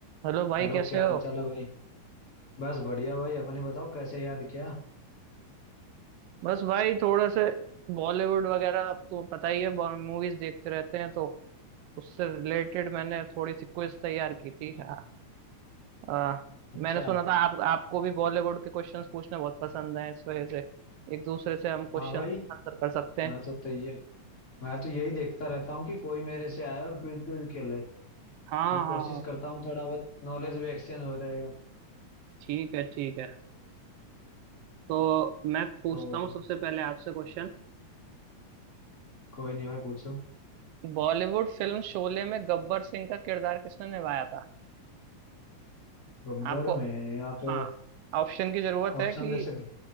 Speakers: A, on the right; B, on the left.
A: Hello भाई
B: Hello
A: कैसे
B: क्या
A: हो
B: हाल चाल है भाई बस बढ़िया भाई अपने बताओ कैसे याद किया
A: बस भाई थोड़े से बॉलीवुड वगैरह अब तो पता ही है मूवीज देखते रहते हैं तो उससे रिलेटेड मैंने थोड़ी सी क्विज तैयार की थी आ, आ,
B: अच्छा
A: मैंने सुना था आप आपको भी बॉलीवुड के क्वेश्चंस पूछना बहुत पसंद है इस वजह से एक दूसरे से हम क्वेश्चंस
B: हाँ भाई
A: आंसर कर सकते हैं
B: मैं तो तैयार मैं तो यही देखता रहता हूँ कि कोई मेरे से आए और क्विज क्विज खेले
A: हाँ
B: मैं
A: हाँ
B: कोशिश करता हूँ थोड़ा बहुत नॉलेज भी एक्सचेंज हो जाएगा
A: ठीक है ठीक है तो मैं पूछता
B: तो
A: हूँ सबसे पहले आपसे क्वेश्चन
B: कोई नहीं भाई पूछो
A: बॉलीवुड फिल्म शोले में गब्बर सिंह का किरदार किसने निभाया था
B: गब्बर
A: आपको
B: में यहाँ पे
A: हाँ ऑप्शन की जरूरत
B: ऑप्शन
A: है कि
B: दे सके